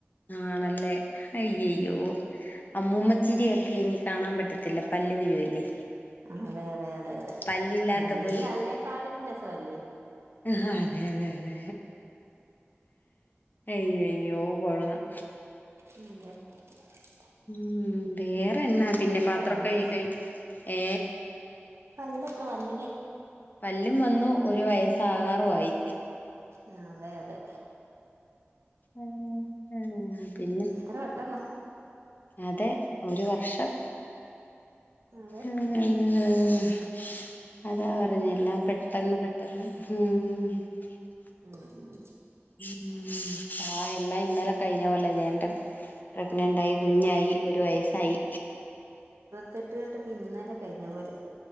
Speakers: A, on the left; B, on the right.
A: ആണല്ലേ അയ്യയ്യോ
B: ഉം
A: അമ്മൂമ്മച്ചിരിയൊക്കെ ഇനി കാണാൻ പറ്റത്തില്ല പല്ലു വരുവല്ലേ
B: അതെ, അതെ, അതെ, അതെ
A: പല്ലില്ലാത്തപ്പോ
B: ഇനി അതിനേക്കാട്ടിലും രസവല്ലേ
A: ആ അതെ അതെ അതെ അയ്യോ അയ്യോ കൊള്ളാം
B: അന്ത <unintelligible>
A: ഉം വേ പിന്നെ പാത്രം
B: വന്നല്ലേ
A: കഴുകി കഴി ഏ
B: പല്ലൊക്കെ വന്നില്ലേ
A: പല്ലും വന്നു ഒരു വയസാകാറും ആയി
B: ആ അതെ അതെ
A: ഉം ഉം പിന്നെ
B: എത്ര പെട്ടെന്നാ
A: അതെ ഒരു വർഷം
B: അതെ
A: ഉം ഉം അതാ പറഞ്ഞ എല്ലാം പെ പെട്ടെന്ന് പെട്ടെന്ന് ആ
B: ഉം ഉം
A: ഉം ആ എല്ലാം ഇന്നലെ കഴിഞ്ഞ പോലെ തേണ്ടെ പ്രഗ്നന്റ് ആയി കുഞ്ഞായി ഒരു വയസ്സായി
B: തെട്ടുകെട്ടൊക്കെ ഇന്നലെ കഴിഞ്ഞ പോലെ